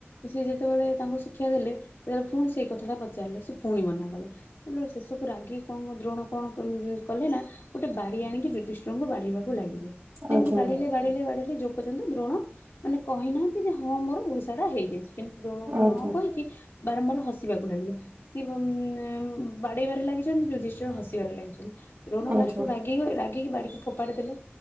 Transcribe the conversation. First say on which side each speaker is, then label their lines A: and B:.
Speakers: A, on the left (about 85°); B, on the right (about 85°).
A: ସେ ଯେତେବେଳେ ତାଙ୍କୁ ଶିକ୍ଷା ଦେଲେ ସେତେବେଳେ ପୁଣି ସେ କଥାଟା ପଚାରିଲେ। ସେ ପୁଣି ମନା କଲେ ସେତଳେ ଶେଷକୁ ରାଗି କଣ ଦ୍ରୋଣ କଣ <unintelligible> କଲେ ନା ଗୋଟେ ବାଡି ଆଣିକି ଯୁଧିଷ୍ଠିରଙ୍କୁ ବାଡ଼େଇବାକୁ ଲାଗିଲେ ସେମିତି
B: ଆଜ୍ଞା
A: ବାଡ଼େଇଲେ ବା ଡ଼େଇଲେ ବାଡେଇଲେ ଯୋଉ ପର୍ଯ୍ୟନ୍ତ ଦ୍ରୋଣ ମାନେ କହିନାହାନ୍ତି ଯେ ହଁ ମୋର ଘୋଷା ଟା ହେଇଯାଇଛି। କିନ୍ତୁ ଦ୍ରୋଣକୁ
B: ଆଜ୍ଞା
A: ନ କହିକି ବାରମ୍ବାର ହସିବାକୁ ଲାଗିଲେ ସିଏ ଉଁ ଆଁ ବାଡେଇବାରେ ଲାଗିଛନ୍ତି ଯୁଧିଷ୍ଠିର ହସିବାରେ ଲାଗିଛନ୍ତି ଦ୍ରୋଣ
B: ଆଜ୍ଞା
A: ଲାଷ୍ଟୁକୁ ରାଗ ଗିବେ ରାଗିକି ବାଡ଼ିକି ଫୋପାଡ଼ି ଦେଲେ